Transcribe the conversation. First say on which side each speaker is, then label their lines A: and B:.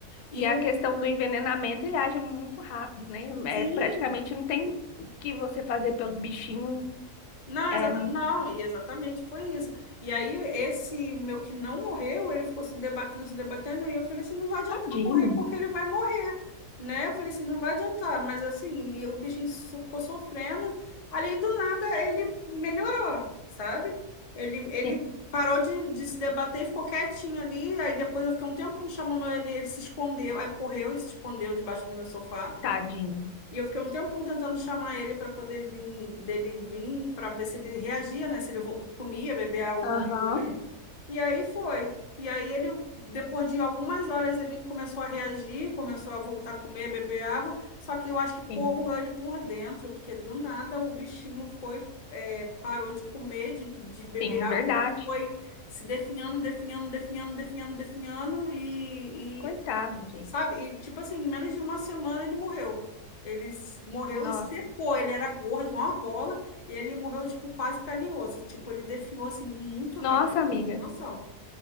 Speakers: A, on the left; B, on the left.
A: E
B: E a
A: o,
B: questão do envenenamento, ele age muito rápido, né? É,
A: sim,
B: praticamente não tem o que você fazer pelo bichinho.
A: Não,
B: É
A: exata...
B: muito
A: não, e exatamente foi isso. E aí, esse meu que não morreu, ele ficou se debatendo, se debatendo, e eu falei assim: não vai adiantar
B: tadinho.
A: eu correr, porque ele vai morrer, né? Eu falei assim: não vai adiantar, mas assim, e o bichinho so- ficou sofrendo. Ali do nada, ele melhorou, sabe? Ele, ele
B: Sim,
A: parou de, de se debater e ficou quietinho ali. Aí depois eu fiquei um tempo chamando ele, ele se escondeu, aí correu e se escondeu debaixo do meu sofá.
B: tadinho.
A: E eu fiquei um tempão tentando chamar ele para poder vir, dele vir, para ver se ele reagia, né? Se ele vo- comia, bebia água, alguma
B: Aham.
A: coisa. E aí foi. E aí ele, depois de algumas horas, ele começou a reagir, começou a voltar a comer, beber água. Só que eu acho que corroeu
B: Sim,
A: ele por dentro, porque do nada o bichinho foi, é, parou de comer, de, de beber
B: sim,
A: água,
B: verdade.
A: ele foi se definhando, definhando, definhando, definhando, definhando, e,
B: Coitado, gente.
A: Sabe? E, tipo assim, em menos de uma semana ele morreu. Ele s- morreu
B: Nossa,
A: e secou. Ele era gordo, igual uma bola, e ele morreu, tipo, quase pele e osso. Tipo, ele definhou, assim, muito
B: nossa,
A: rápido.
B: amiga.
A: Tem noção.